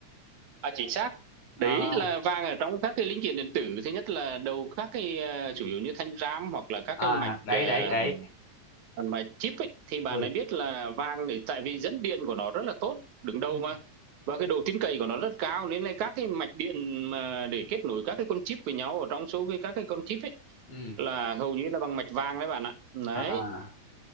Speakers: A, on the right; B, on the left.
A: À, chính xác.
B: à
A: Đấy là vàng ở trong các cái linh kiện điện tử thứ nhất là đầu các cái ờ, chủ yếu như thanh RAM hoặc là các
B: à
A: cái mạch
B: đấy
A: ờ,
B: đấy đấy
A: phần mà chip ấy, thì bạn
B: ừ
A: ấy biết là vàng thì tại vì dẫn điện của nó rất là tốt đứng đầu
B: ừ
A: mà và cái độ tin cậy của nó rất cao nên là các cái mạch điện mà để kết nối các cái con chip với nhau ở trong số cái các cái con chip ấy
B: ừ
A: là hầu như là bằng mạch vàng đấy bạn ạ. Đấy.
B: à